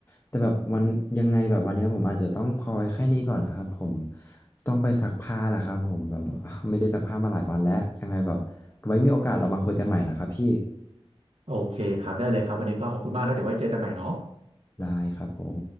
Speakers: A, on the left (about 25°); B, on the right (about 75°).
A: แต่แบบวันยังไงแบบวันเนี้ยผมอาจจะต้องพอไว้แค่นี้ก่อนนะครับผมต้องไปซักผ้าแหละครับผมแบบ <laughs> ไม่ได้ซักผ้ามาหลายวันแล้วยังไงแบบ ไว้มีโอกาสเรามาคุยกันใหม่นะครับพี่
B: โอเคครับได้เลยครับวันนี้ก็ขอบคุณมากนะเดี๋ยวไว้เจอกันใหม่เนาะ
A: ได้ครับผม